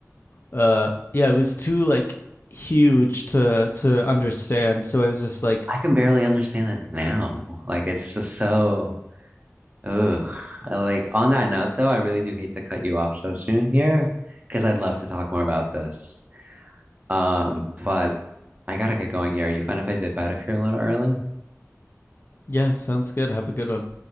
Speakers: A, on the left; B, on the right.
A: uh yeah, it was too like huge to to understand. So I was just like,
B: I can barely understand it now. Like it's just so. Ugh. Like on that note, though, I really do hate to cut you off so soon here because I'd love to talk more about this. Um, but I gotta get going here. Are you fine if I dip out of here a little early?
A: Yeah, sounds good. Have a good one.